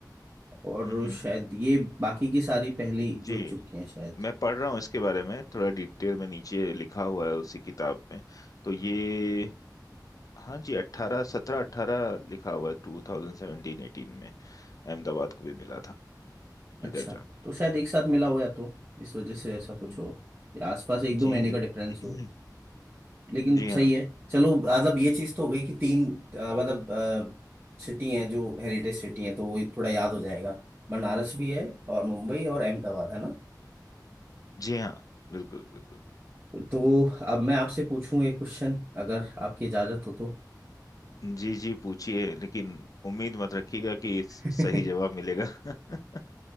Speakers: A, on the right (about 35°); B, on the left (about 55°).
A: और
B: हम्म हम्म।
A: शायद ये बाकी की सारी पहली
B: जी
A: जुड़ चुकी हैं शायद
B: मैं पढ़ रहा हूँ इसके बारे में थोड़ा डिटेल में नीचे लिखा हुआ है उसी किताब में तो ये हाँ जी अट्ठारह सत्रह अट्ठारह लिखा हुआ है टू थाउजेंड सेवेंटीन एटीन में अहमदाबाद को भी मिला था
A: अच्छा
B: ये दर्जा
A: तो शायद एक साथ मिला हुआ है तो इस वजह से ऐसा कुछ
B: हम्म,
A: हो या आसपास एक
B: जी
A: दो महीने
B: जी
A: का डिफरेंस
B: <clears throat>
A: हो लेकिन
B: जी हाँ
A: सही है चलो मतलब ये चीज तो हो गई कि तीन अ, मतलब सिटी हैं जो हेरिटेज सिटी हैं तो वो थोड़ा याद हो जाएगा बनारस भी है और मुंबई और अहमदाबाद है ना
B: जी हाँ बिल्कुल बिल्कुल
A: तो अब मैं आपसे पूछूं एक क्वेश्चन अगर आपकी इजाजत हो तो
B: जी जी पूछिए लेकिन उम्मीद मत रखिएगा कि इस-
A: <laughs>
B: सही जवाब मिलेगा <laughs>